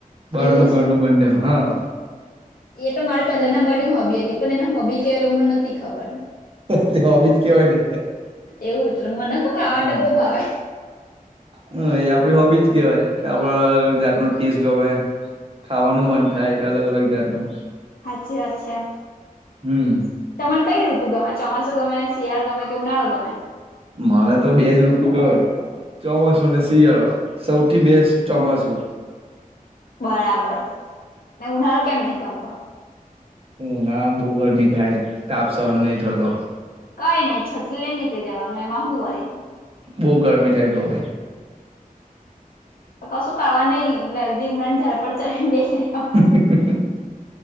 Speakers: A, on the right (about 40°); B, on the left (about 85°).
A: બારનું
B: એવું
A: ઘરનું
B: છે
A: બંને હા.
B: એ તો મારે પહેલા નંબરની હોબી હતી પણ એને હોબી કેવું મને નથી ખબર.
A: <unintelligible> તે હોબીજ કેવાય ને
B: એવું ત ર મ નાખું ખાવા
A: હા
B: માટે બહુ ભાવે.
A: હ એ આપડી હોબીજ કેવાય કે આપણા જાતનો ટેસ ગમે. ખાવાનું મન થાય અલગ અલગ જાતનું.
B: અચ્છા અચ્છા.
A: હમ્મ‌.
B: તમને કઈ ઋતુ ગમે, ચોમાસું ગમે, શિયાળો ગમે, કે ઉનાળો ગમે,
A: મને તો બે જ ઋતુ ગમે ચોમાસુ ને શિયાળો. સૌથી બેસ્ટ ચોમાસું.
B: બરાબર ને ઉનાળો કેમ નહિ ગમતો.
A: ઉ નાળા બહુ ગરમી થાય તાપ સહન નહી થતો.
B: કઈ નઈ છત્રી લઈને નીકળી જવાનું એમાં હું વાળી
A: બઉુ ગરમી થાય તો બી.
B: કશું કરવા નઈ લીમડાન ઝાળ પડ ચઢી ને બેહી રેવાનું.
A: હ.